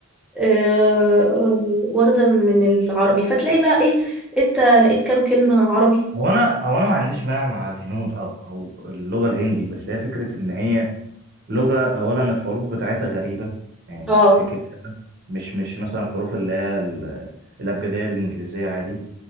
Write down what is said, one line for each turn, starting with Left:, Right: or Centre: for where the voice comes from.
Centre: آه، واخدة من العربي فتلاقي بقى ايه انت لقيت كام كلمة عربي
Right: هو انا هو انا ما عنديش مانع مع الهنود او او اللغه الهندي بس هي فكره ان هي لغة أولا الحروف بتاعتها غريبة يعني
Centre: اه
Right: ككتابة مش مش مثلا الحروف اللي هي ال- الأبجدية الإنجليزية عادي